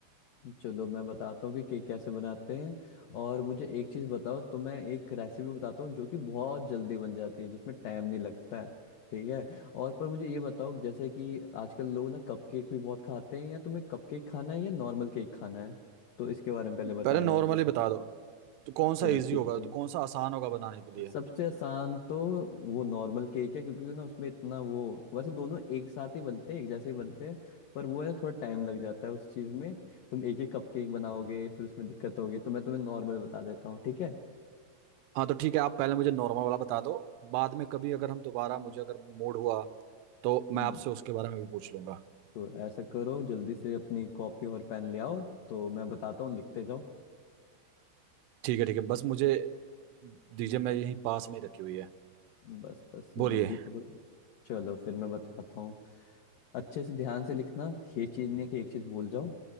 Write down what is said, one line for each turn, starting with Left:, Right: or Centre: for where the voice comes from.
Left: चलो मैं बताता हूँ कि केक कैसे बनाते हैं और मुझे एक चीज़ बताओ तो मैं एक रेसिपी बताता हूँ जो कि बहुत जल्दी बन जाती है जिसमें टाइम नहीं लगता है ठीक है और पर मुझे ये बताओ जैसे कि आजकल लोग ना कप केक भी बहुत खाते हैं या तुम्हें कप केक खाना है या नॉर्मल केक खाना है तो इसके बारे में पहले बता
Right: पहले
Left: दो
Right: नॉर्मली
Left: मुझे
Right: बता दो तो कौन
Left: चलो
Right: सा इजी
Left: ठीक
Right: होगा
Left: है
Right: तो कौन सा आसान होगा बनाने के लिए
Left: सबसे आसान तो वो नॉर्मल केक है क्योंकि ना उसमें इतना वो वैसे दोनों एक साथ ही बनते हैं एक जैसे ही बनते हैं पर वो है ना थोड़ा टाइम लग जाता है उस चीज़ में तुम एक ही कप केक बनाओगे फिर उसमें दिक्कत होगी तो मैं तुम्हें नॉर्मल बता देता हूँ ठीक है
Right: हाँ तो ठीक है आप पहले मुझे नॉर्मल वाला बता दो बाद में कभी अगर हम दोबारा
Left: हम्म
Right: मुझे अगर मूड हुआ तो मैं
Left: हम्म
Right: आपसे उसके बारे में भी पूछ लूंगा
Left: तो ऐसा करो जल्दी से अपनी कॉपी और पेन ले आओ तो मैं बताता हूँ लिखते जाओ
Right: ठीक है ठीक है बस मुझे दीजिए मैं यहीं पास में ही रखी हुई है
Left: बस बस
Right: बोलिए
Left: जल्दी पकड़ो चलो फिर मैं बताता हूँ अच्छे से ध्यान से लिखना ये चीज़ नहीं कि एक चीज़ भूल जाओ